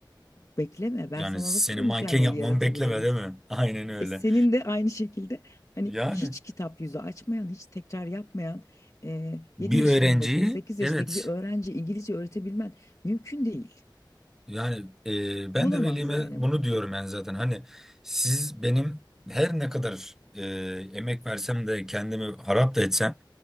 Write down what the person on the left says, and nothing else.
bekleme. Ben
sana
nasıl bu
mükemmeli
yaratabilirim?
E senin de aynı şekilde hani
hiç kitap yüzü açmayan, hiç tekrar yapmayan e,
7 yaşındaki,
8 yaşındaki
bir öğrenci İngilizce öğretebilmen mümkün değil.
Olamaz
yani
bu.